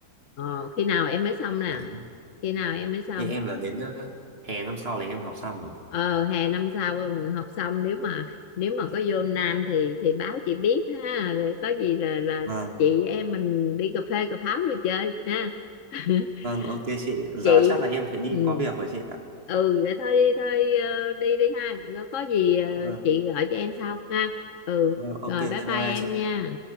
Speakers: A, on the left (about 55°); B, on the right (about 35°).
A: ờ khi nào em mới xong nè
B: Đấy.
A: khi nào em mới xong
B: Như em là đến ờ, hè năm sau là em học xong rồi.
A: ờ hè năm sau học xong nếu mà nếu mà có vô Nam thì thì báo chị biết ha rồi có gì là là
B: Vâng,
A: chị em mình đi cà phê cà pháo rồi chơi ha <laughs>
B: Vâng, ok chị. Giờ
A: chị
B: chắc là em phải đi
A: ừ
B: có việc rồi chị ạ.
A: ừ vậy thôi đi thôi ờ, đi đi ha có gì ờ,
B: vâng,
A: chị gọi cho em sau ha ừ
B: vâng, ok,
A: rồi
B: bye
A: bye bye
B: bye
A: em
B: chị.
A: nha